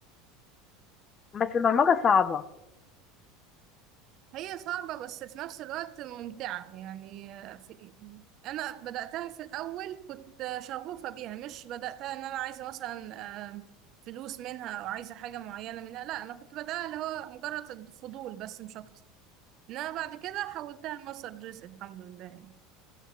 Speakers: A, on the left; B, on the right.
A: بس البرمجة صعبة
B: هي صعبة بس في نفس الوقت ممتعة يعني في أنا بدأتها في الأول كنت شغوفة بيها مش بدأتها إن أنا عايزة مثلا آم، فلوس منها أو عايزة حاجة معينة منها لا أنا كنت بدأها اللي هو مجرد الفضول بس مش أكتر إنما بعد كده حولتها لمصدر رزق الحمد لله